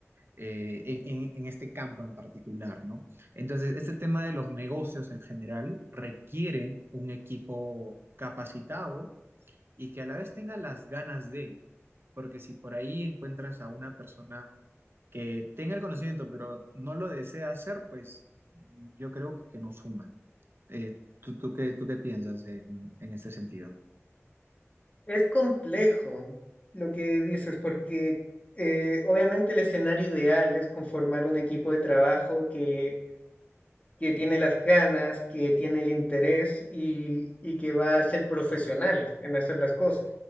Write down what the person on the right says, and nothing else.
eh, en, en- en este campo en particular, ¿no? Entonces, este tema de los negocios en general requieren un equipo capacitado y que a la vez tenga las ganas de, porque si por ahí encuentras a una persona que tenga el conocimiento, pero no lo desea hacer, pues yo creo que, que no suma. Eh, ¿tú, tú qué, tú qué piensas en, en este sentido?